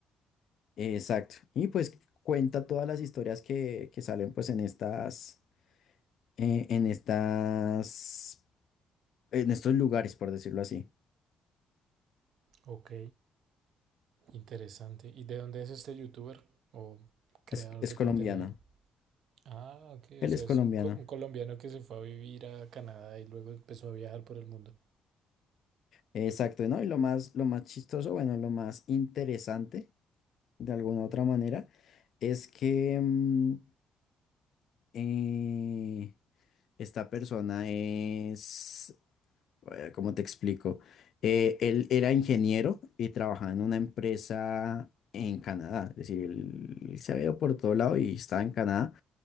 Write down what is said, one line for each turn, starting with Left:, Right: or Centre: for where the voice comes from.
Left: Exacto. Y pues cuenta todas las historias que, que salen pues en estas, eh, en estas, en estos lugares, por decirlo así.
Right: Ok, interesante. ¿Y de dónde es este youtuber o creador
Left: Es, es
Right: de
Left: colombiana.
Right: contenido? Ah, ok,
Left: Él
Right: o sea,
Left: es colombiano.
Right: es un, co- un colombiano que se fue a vivir a Canadá y luego empezó a viajar por el mundo.
Left: Exacto, ¿no? Y lo más, lo más chistoso, bueno, lo más interesante de alguna otra manera, es que mm, eh, esta persona es, eh, ¿cómo te explico? Eh, él era ingeniero y trabajaba en una empresa en Canadá, es decir, él, él se había ido por todo lado y estaba en Canadá